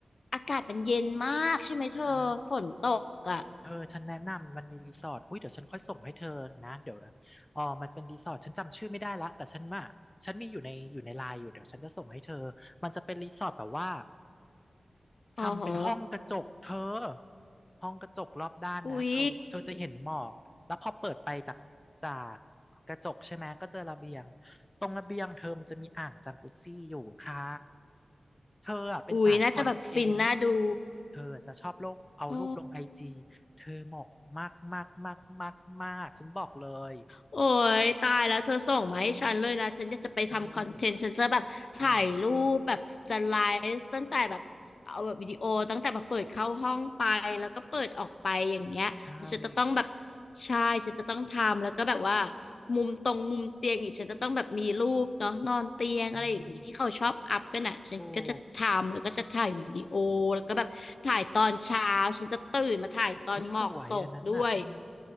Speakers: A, on the left (about 65°); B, on the left (about 15°).
A: อากาศมันเย็นมากใช่ไหมเธอฝนตกอ่ะ
B: ใช่ เธอฉันแนะนำมันมีรีสอร์ทอุ้ยเดี๋ยวฉันค่อยส่งให้เธอนะเดี๋ยวนะอ๋อมันเป็นรีสอร์ทฉันจำชื่อไม่ได้ละแต่ฉันมาฉันมีอยู่ในอยู่ในไลน์อยู่เดี๋ยวฉันจะส่งให้เธอมันจะเป็นรีสอร์ทแบบว่า ทำเป็นห้องกระจกเธอ
A: อ๋อฮะ
B: ห้องกระจกรอบด้านนะเธอเธอจะเห็นหมอกแล้วพอเปิดไปจากจาก
A: อุ๊ย
B: กระจกใช่ไหมก็เจอระเบียงตรงระเบียงเธอมันจะมีอ่างจังกุซี่อยู่ค่ะเธออ่ะเป็นสายคอนเทนต์
A: อุ๊ยน่าจะแบบฟินน่าดู
B: เธอจะชอบลงเอารูปลงไอจี
A: อ๋อ
B: เธอเหมาะมากมากมากมากมากฉันบอกเลย
A: โอ้ยตายแล้วเธอส่งมาให้ฉันเลยนะฉันจะจะไปทำคอนเทนต์ฉันจะแบบถ่ายรูปแบบจะไลฟ์ตั้งแต่แบบเอาแบบวิดีโอตั้งแต่แบบเปิดเข้าห้องไปแล้วก็เปิดออกไปอย่างเงี้ยฉันจะต้องแบบ
B: ใช่อืมใช่
A: ใช่ฉันจะต้องทำแล้วก็แบบว่ามุมตรงมุมเตียงอีกฉันจะต้องแบบมีรูปเนาะนอนเตียงอะไรอย่างงี้ที่เขาชอบอัพกันอ่ะฉันก็จะทำแล้วก็จะถ่ายวิดีโอแล้วก็แบบถ่ายตอนเช้าฉันจะตื่นมาถ่ายตอนหมอกตกด้วย
B: เออถูก อุ้ยสวยอันนั้นน่ะอืม